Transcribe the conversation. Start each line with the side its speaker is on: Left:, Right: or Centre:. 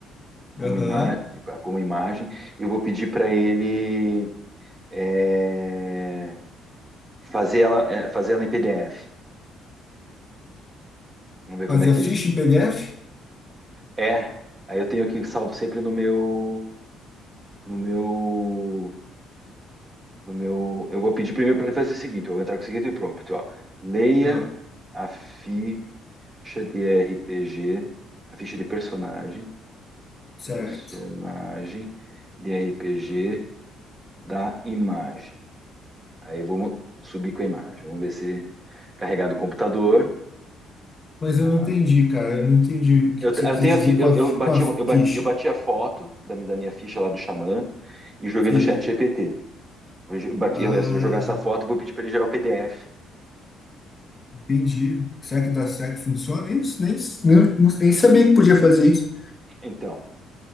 Right: como,
Left: Aham.
Right: ima como imagem e vou pedir para ele é, fazer ela, é, fazer ela em PDF. Vamos ver como
Left: Fazia
Right: é que
Left: ficha
Right: ele
Left: em PDF?
Right: é. Aí eu tenho aqui salvo sempre no meu, no meu, no meu. Eu vou pedir primeiro para ele fazer o seguinte. Eu vou entrar com o seguinte prompt, ó. Leia
Left: Ah,
Right: a ficha de RPG, a ficha de personagem
Left: certo.
Right: Personagem de RPG da imagem. Aí eu vou subir com a imagem. Vamos ver se ele carregar do computador.
Left: Mas
Right: Vamos
Left: eu não entendi,
Right: lá.
Left: cara. Eu não entendi o que
Right: Eu,
Left: você
Right: eu
Left: quis
Right: tenho
Left: dizer
Right: a fi-
Left: com
Right: eu,
Left: a, fi-
Right: eu bati,
Left: com a
Right: eu, ba-
Left: ficha.
Right: eu bati a foto da, mi- da minha ficha lá do Xamã e joguei
Left: Sei.
Right: no chat GPT. Vou, jo- bati-
Left: Ah,
Right: eu vou jogar essa foto e vou pedir para ele gerar o PDF.
Left: entendi. Será que da SEC funciona isso? Nem, nem, nem sabia que podia fazer isso.
Right: Então,